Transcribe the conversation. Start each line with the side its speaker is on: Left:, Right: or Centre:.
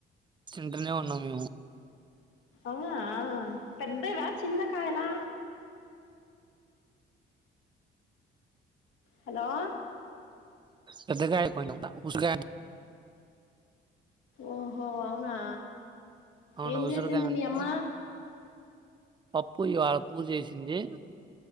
Right: తింటనే ఉన్నాం మేము
Left: అవునా పెద్దవా చిన్న కాయలా హలో
Right: పెద్దగా అయిపోయిందబ్బ <unintelligible>
Left: ఓహో అవునా
Right: అవును
Left: ఏం
Right: ఉసిరికాయ
Left: చేసింది
Right: అంతా
Left: మీ అమ్మ
Right: పప్పు ఇవాళ కూ చేసింది